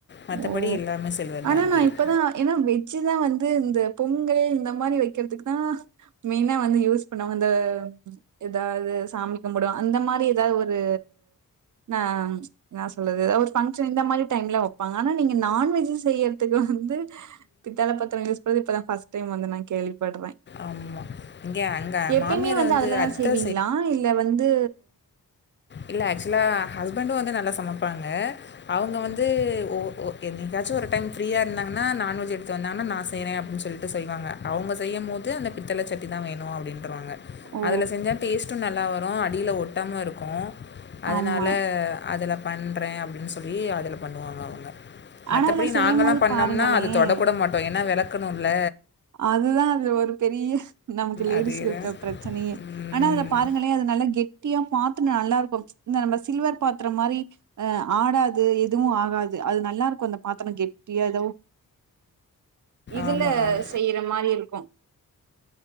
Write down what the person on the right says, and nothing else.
ஓ
ஆனா
நா இப்பதா ஏனா வெஜ்ஜிதா வந்து இந்த பொங்கல் இந்த மாரி வைக்கறதுக்கு தா மெயினா வந்து யூஸ் பண்ணுவாங்க இந்த எதாது சாமி கும்புட அந்த மாரி எதாது ஒரு ஆ எனா சொல்றது ஒரு ஃபங்க்ஷன் இந்த மாரி டைம்ல வ ப்பாங்க ஆனா நீங்க நான்வெஜு செய்யறதுக்கு வந்து பித்தாள பாத்ரோ யூஸ் பண்றது இப்பதா ஃபர்ஸ்ட் டைம் வந்து நா கே ள்வி பட்றே
எப்பயுமே
வந்து அதுலதா
செய்வீங்களா இல்ல வந்து
ஓ!
ஆமா.
ஆனா
அத செய்யும்போது
பாருங்களேன்,
அதுதா அது ஒரு பெரிய நமக்கு லேடிஸ்க்கு
இருக்குற
பிரச்சனையே
ஆனா அதுல பாருங்களே அது நல்லா கெட்டியா <unintelligible> நல்லாருக்கு இந்த நம்ப சில்வர் பாத்ரோ மாரி அ ஆடாது எதுவு ஆகாது அது நல்லாருக்கு அந்த பாத்ரோ கெட்டியா எதோ இதுல
செய்ற மாரி இருக்கு